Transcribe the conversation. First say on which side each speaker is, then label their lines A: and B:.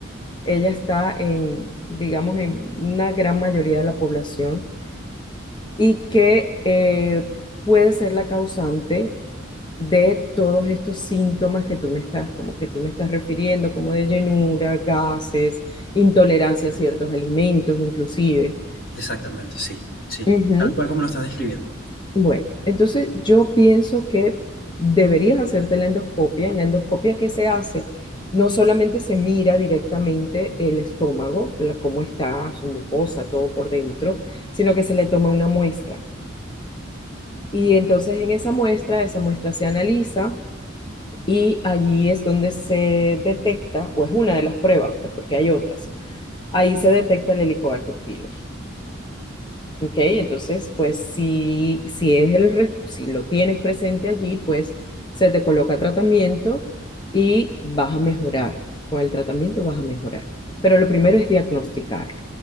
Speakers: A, on the left; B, on the left.
A: ella está en, digamos, en una gran mayoría de la población y que eh, puede ser la causante de todos estos síntomas que tú me estás, como que tú me estás refiriendo, como de llenura, gases, intolerancia a ciertos alimentos, inclusive.
B: Exactamente, sí, sí,
A: Ujú.
B: tal cual como lo estás describiendo.
A: Bueno, entonces yo pienso que deberías hacerte la endoscopia. En la endoscopia que se hace, no solamente se mira directamente el estómago, la- cómo está su mucosa, todo por dentro, sino que se le toma una muestra. Y entonces en esa muestra, esa muestra se analiza y allí es donde se detecta, o es una de las pruebas, pues porque hay otras, ahí se detecta el Helicobacter pylori. ¿Ok? Entonces, pues si, si, es el, re- si lo tienes presente allí, pues se te coloca tratamiento y vas a mejorar. Con el tratamiento vas a mejorar. Pero lo primero es diagnosticarlo.